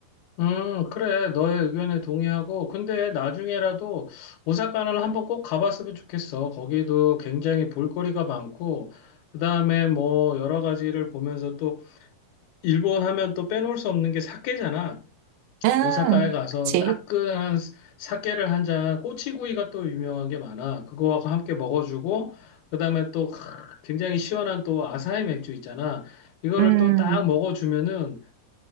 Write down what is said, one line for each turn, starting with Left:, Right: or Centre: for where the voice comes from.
Left: 음, 그래. 너의 의견에 동의하고. 근데 나중에라도 오사카는 한번 꼭 가봤으면 좋겠어. 거기도 굉장히 볼거리가 많고, 그 다음에 뭐 여러 가지를 보면서 또 일본 하면 또 빼놓을 수 없는 게 사케잖아.
Right: 음.
Left: 오사카에 가서
Right: 그치.
Left: 따끈한 사케를 한 잔, 꼬치구이가 또 유명한 게 많아. 그거하고 함께 먹어주고, 그 다음에 또 크, 굉장히 시원한 또 아사히 맥주 있잖아. 이거를
Right: 음,
Left: 또 딱 먹어주면은